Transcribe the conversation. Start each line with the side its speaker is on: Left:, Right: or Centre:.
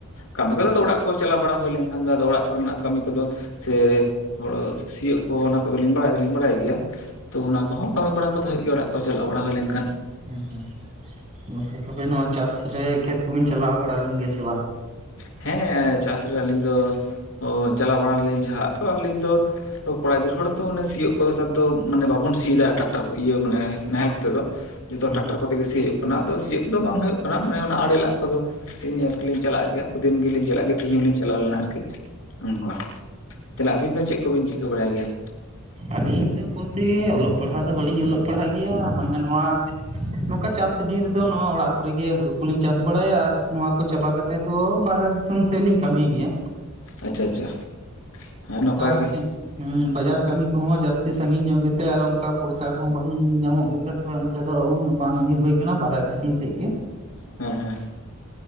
Left: ᱠᱟᱹᱢᱤ ᱠᱚᱫᱚ ᱟᱫᱚ ᱚᱲᱟᱜ ᱠᱚ ᱪᱟᱞᱟᱣ ᱵᱟᱲᱟ ᱦᱩᱭ ᱞᱮᱝᱠᱷᱟᱱ ᱫᱚ ᱟᱫᱚ ᱚᱲᱟᱜ ᱠᱚ ᱨᱮᱱᱟᱜ ᱠᱟᱹᱢᱤ ᱠᱚᱫᱚ ᱥᱮ ᱦᱳᱲᱳ ᱥᱤᱭᱳᱜ ᱠᱚ ᱚᱱᱟ ᱠᱚᱫᱚᱞᱤᱧ ᱵᱟᱲᱟᱭ ᱫᱚᱞᱤᱧ ᱵᱟᱲᱟᱭ ᱜᱮᱭᱟ᱾ ᱛᱚ ᱚᱱᱟ ᱠᱚᱦᱚᱸ ᱠᱟᱹᱢᱤ ᱵᱟᱲᱟ ᱠᱚᱫᱚ ᱦᱩᱭᱩᱜ ᱜᱮᱭᱟ ᱚᱲᱟᱜ ᱠᱚ ᱪᱟᱞᱟᱣ ᱵᱟᱲᱟ ᱦᱩᱭ ᱞᱮᱝᱠᱷᱟᱱ᱾
Right: ᱦᱮᱸ ᱦᱮᱸ, ᱜᱚᱝᱠᱮ ᱛᱚᱵᱮ ᱱᱚᱣᱟ ᱪᱟᱥ ᱨᱮ ᱠᱷᱮᱛ ᱠᱚᱵᱤᱱ ᱪᱟᱞᱟᱣ ᱵᱟᱲᱟ ᱞᱮᱱ ᱜᱮᱭᱟ ᱥᱮ ᱵᱟᱝ?
Left: ᱦᱮᱸ ᱪᱟᱥ ᱨᱮ ᱟᱹᱞᱤᱧ ᱫᱚ, ᱚ ᱪᱟᱞᱟᱣ ᱵᱟᱲᱟ ᱞᱮᱱᱟᱞᱤᱧ ᱡᱟᱦᱟᱸ ᱛᱚ ᱟᱹᱞᱤᱧ ᱫᱚ ᱠᱚᱲᱟ ᱜᱤᱫᱟᱹᱨ ᱦᱚᱲ ᱛᱚ ᱚᱱᱮ ᱥᱤᱭᱳᱜ ᱠᱚᱫᱚ ᱦᱮᱛᱟᱨ ᱫᱚ ᱢᱟᱱᱮ ᱵᱟᱵᱚᱱ ᱥᱤᱭᱮᱫᱟ ᱴᱨᱟᱠᱴᱟᱨ ᱤᱭᱟᱹ ᱢᱟᱱᱮ ᱱᱟᱦᱮᱞ ᱠᱚᱛᱮ ᱫᱚ, ᱱᱤᱛᱚᱜ
Right: ᱦᱮᱸ
Left: ᱴᱟᱠᱴᱟᱨ ᱠᱚᱛᱮ ᱜᱮ ᱥᱤ ᱦᱩᱭᱩᱜ ᱠᱟᱱᱟ ᱟᱫᱚ ᱥᱤᱭᱳᱜ ᱫᱚ ᱵᱟᱝ ᱦᱳᱭᱳᱜ ᱠᱟᱱᱟ ᱢᱟᱱᱮ ᱚᱱᱟ ᱟᱲᱮ ᱞᱟᱜ ᱠᱚᱫᱚ, ᱤᱧ ᱧᱮᱞ ᱜᱮᱞᱤᱧ ᱪᱟᱞᱟᱜ ᱜᱮᱭᱟ᱾ <inaudible> ᱫᱤᱱ ᱜᱮᱞᱤᱧ ᱪᱟᱞᱟᱜ ᱜᱮ ᱛᱮᱦᱤᱧ ᱦᱚᱸᱞᱤᱧ ᱪᱟᱞᱟᱣ ᱞᱮᱱᱟ ᱟᱨᱠᱤ, ᱱᱚᱝᱠᱟ᱾ ᱛᱟᱦᱚᱞᱮ ᱟᱹᱵᱤᱱ ᱫᱚ ᱪᱮᱫ ᱠᱚᱵᱤᱱ ᱪᱤᱠᱟᱹ ᱵᱟᱲᱟᱭ ᱜᱮᱭᱟ?
Right: ᱟᱹᱞᱤᱧ ᱫᱚ ᱵᱚᱞᱛᱮ ᱜᱮ ᱚᱞᱚᱜ ᱯᱟᱲᱦᱟᱜ ᱫᱚ ᱵᱟᱹᱞᱤᱧ ᱚᱞᱚᱜ ᱯᱟᱲᱦᱟᱜ ᱜᱮᱭᱟ ᱢᱟᱱᱮ ᱱᱚᱣᱟ ᱱᱚᱝᱠᱟ ᱪᱟᱥ ᱥᱤᱡᱤᱱ ᱨᱮᱫᱚ ᱱᱚᱣᱟ ᱚᱲᱟᱜ ᱠᱚᱨᱮ ᱜᱮ ᱦᱩᱲᱩ ᱠᱚᱞᱤᱧ ᱪᱟᱥ ᱵᱟᱲᱟᱭᱟ ᱟᱨ ᱱᱚᱣᱟ ᱠᱚ ᱪᱟᱵᱟ ᱠᱟᱛᱮᱫ ᱫᱚ ᱵᱟᱨᱦᱮ ᱫᱤᱥᱚᱢ ᱥᱮᱫ ᱞᱤᱧ ᱠᱟᱹᱢᱤ ᱜᱮᱭᱟ᱾
Left: ᱟᱪᱪᱷᱟ ᱟᱪᱪᱷᱟ᱾ ᱦᱮᱸ ᱱᱟᱯᱟᱭ
Right: ᱟᱨ
Left: ᱜᱮ
Right: ᱪᱮᱫ? ᱦᱩᱸ ᱵᱟᱡᱟᱨ ᱠᱟᱹᱢᱤ ᱠᱚᱦᱚᱸ ᱡᱟᱹᱥᱛᱤ ᱥᱟᱺᱜᱤᱧ ᱧᱚᱜ ᱜᱮᱛᱮ ᱟᱨ ᱚᱱᱠᱟ ᱯᱚᱭᱥᱟ ᱠᱚᱦᱚᱸ ᱵᱟᱝ ᱧᱟᱢᱚᱜ ᱜᱮ᱾ ᱮᱱᱛᱮᱫ ᱫᱚ ᱩᱱᱟᱹᱜ ᱵᱟᱝ ᱤᱭᱟᱹ ᱦᱩᱭ ᱠᱟᱱᱟ ᱵᱟᱨᱦᱮ ᱫᱤᱥᱚᱢ ᱥᱮᱫ ᱜᱮ᱾
Left: ᱦᱮᱸ ᱦᱮᱸ,